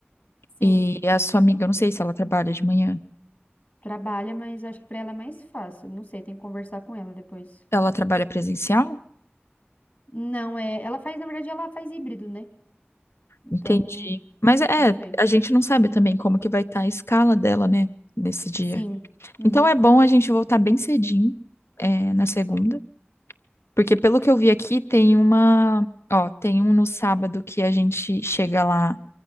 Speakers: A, on the left; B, on the left.
A: sim,
B: e a sua amiga, eu não sei se ela trabalha de manhã,
A: trabalha, mas acho que pra ela é mais fácil. Não sei, tem que conversar com ela depois.
B: ela trabalha presencial?
A: Não, é, ela faz, na verdade, ela faz híbrido, né? Então,
B: Entendi. Mas é,
A: não sei.
B: a gente não sabe também como que vai estar a escala dela, né, nesse dia.
A: Sim. Uhum.
B: Então é bom a gente voltar bem cedinho, é, na segunda, porque pelo que eu vi aqui tem uma, ó, tem um no sábado que a gente chega lá